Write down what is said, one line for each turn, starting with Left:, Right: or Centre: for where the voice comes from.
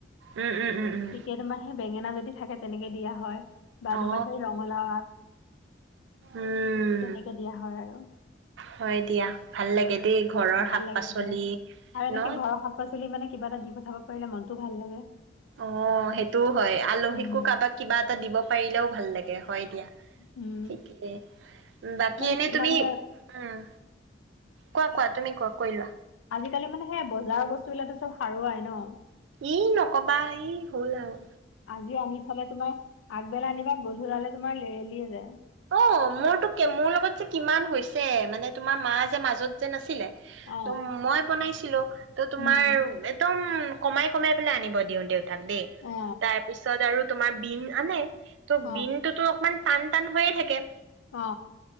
Right: উম, উম, উম, উম,
Left: তেতিয়া তোমাৰ বেঙেনা যদি থাকে তেনেকে দিয়া হয় বা তোমাৰ
Right: অ
Left: সেই ৰঙালাও আগ
Right: উম
Left: তেনেকে দিয়া হয় আৰু
Right: হয় দিয়া ভাল লাগে দেই ঘৰৰ
Left: ভাল
Right: শাক
Left: লাগে
Right: পাচলি
Left: ভাল লাগে আৰু এনেকে
Right: ন
Left: ঘৰৰ শাকপাচলি পল মানে কিবা এটা দি পঠাব পাৰে মনতো ভাল লাগে
Right: অ সেইটোও হয় আলহীকো
Left: উম
Right: কাৰোবাক কিবা এটা দিব পাৰিলেও ভাল লাগে হয় দিয়া
Left: উম
Right: কেই বাকী
Left: মানে
Right: এনে তুমি,
Left: মানে
Right: উম, কোৱা কোৱা তুমি কোৱা। কৈ লোৱা
Left: আজিকালি মানে সেই বজাৰৰ বস্তু বিলাকো চব সাৰুৱাই ন
Right: ই নকবা ই হ'ল আৰু
Left: আজি আনি থলে তোমাৰ আগবেলা আনিবা গধূলালে তোমাৰ লেলিয়ে যায়
Right: অ মোৰতো মোৰ লগত যে কিমান হৈছে মানে তোমাৰ মা যে মাজত যে নাছিলে
Left: অ
Right: ত মই বনাইছিলো ত তোমাৰ
Left: উম উম
Right: একদম কমাই কমাই পেলাই আনিব দিওঁ দেউতাক দেই
Left: অ
Right: তাৰ পিছত আৰু তোমাৰ বিম আনে ত'
Left: অ
Right: বিনটোতো অকমান টান টান হৈয়ে থাকে <inaudible>
Left: অ